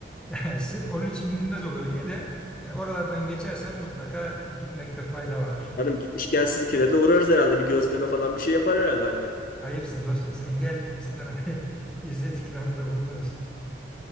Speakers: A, in the centre; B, on the left.
A: <laughs> Sırf onun için gidilmez o bölgeye de e, oralardan geçersen mutlaka gitmekte fayda var.
B: Hanım gitmişken sizinkilere de uğrarız herhalde. Bir gözleme falan bir şey yapar herhalde annen. <laughs>
A: Ayıpsın dostum sen gel biz sana <laughs> izzet ikramda bulunuruz.